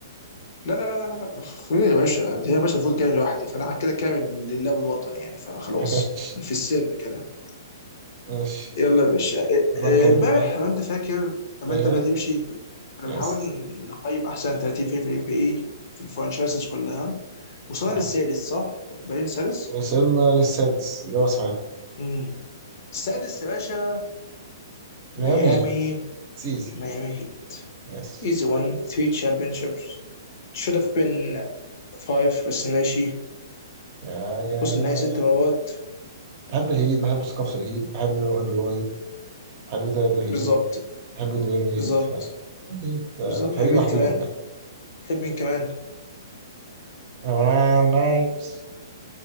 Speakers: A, on the left; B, on the right.
A: لا لا لا لا لا أخ، ايه يا باشا دي يا باشا المفروض جاي لوحدي فانا كده كامل لله والوطن يعني فخلاص
B: <laughs>
A: في السر كده
B: ماشي
A: يلا يا باشا إيه-
B: تعالى
A: إيه،
B: نكمل
A: امبارح
B: بقى
A: لو انت فاكر لما
B: ايوه
A: انت بدأت تمشي انا
B: يس
A: بنحاول نقيم احسن 30 فريق في الام بي اي في الفرانشايزز كلها وصلنا
B: نعم
A: للسادس صح؟ باين سادس؟
B: وصلنا للسادس اجابه صحيحه
A: امم السادس يا باشا
B: ميامي
A: ميامي
B: هيت. سيزي
A: Miami Heat
B: يس
A: easy one three championships should have been five بس ماشي
B: يا يا
A: وصلوا النهائي
B: يا
A: ست مرات
B: بحب الهيد بحب ثقافة الهيد بحب أدوايو بحب تايلر هيرو
A: بالظبط
B: بحب دوين ويد
A: بالظبط
B: ف الهيد آه،
A: بالظبط
B: فريق
A: تحب مين
B: محبوب
A: كمان
B: عامة
A: تحب مين كمان
B: أمران نايمس